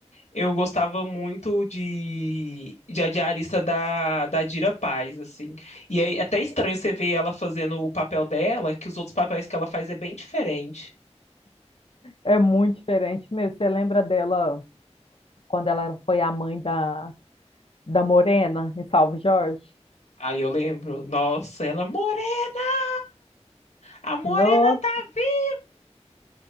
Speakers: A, on the left; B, on the left.
A: eu gostava muito de, de a diarista da, da Dira Paz, assim. E aí, é até estranho você ver ela fazendo o papel dela, que os outros papéis que ela faz é bem diferente.
B: É muito diferente mesmo. Você lembra dela quando ela foi a mãe da, da Morena, em Salve Jorge.
A: Aí eu lembro, nossa, ela, é Morena, a Morena
B: Nossa,
A: tá viva!